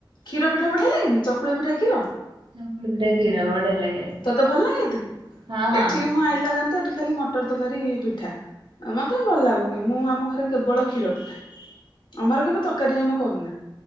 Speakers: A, on the left (about 75°); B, on the right (about 80°).
A: କ୍ଷୀରପିଠା ବଢିଆ ଲାଗେନି ଚକୁଳି ପିଠା କ୍ଷୀର।
B: ଚକୁଳି ପିଠା କ୍ଷୀର ବଢିଆ ଲାଗେ।
A: ତତେ ଭଲ ଲାଗେ ଏତେ
B: ହଁ ହଁ
A: ଏଠି ମୁଁ ଆଇଲା ଦେନ୍ତୁ ଏଠି ଖାଲି ମ ଟର ତରକାରୀ ପିଠା ମତେ ଭଲ ଲାଗୁନି। ମୁଁ ଆମ ଘରେ କେବଳ କ୍ଷୀର ପିଠା। ଆମର କେବେ ତରକାରୀ ଆମେ କରୁନା